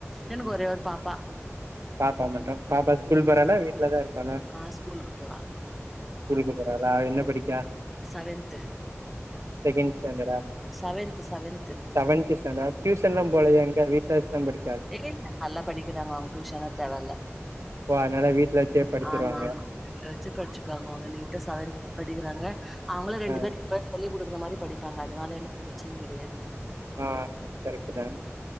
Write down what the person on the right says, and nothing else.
பாப்பா மட்டும் பாப்பா ஸ்கூல் போறளா வீட்டுலதா இருப்பாளா
ஸ்கூலுக்கு போறாளா என்ன படிக்கா
செகண்ட் ஸ்டேண்டடா
செவன்த்ஸ்டாண்டடு டியூஷன்லா போலயா எங்க வீட்ல வச்சு தா படி
ஓ அதனால வீட்டுல வச்சே படிச்சுருவாங்க.
ஆ,
ஆ. கரெக்ட்டு தான்.